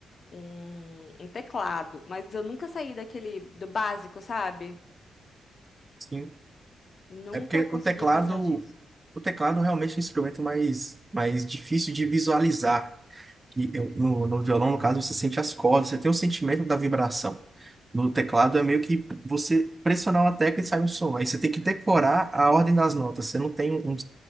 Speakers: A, on the left; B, on the right.
A: um, um teclado, mas eu nunca saí daquele do básico, sabe?
B: Sim.
A: Nunca
B: É porque
A: consegui
B: o teclado,
A: passar disso.
B: o teclado realmente é um instrumento mais, mais difícil de visualizar. E eu- no, no violão, no caso, você sente as cordas, você tem o sentimento da vibração. No teclado é meio que você pressionar uma tecla e sai um som. Aí você tem que decorar a ordem das notas. Você não tem um-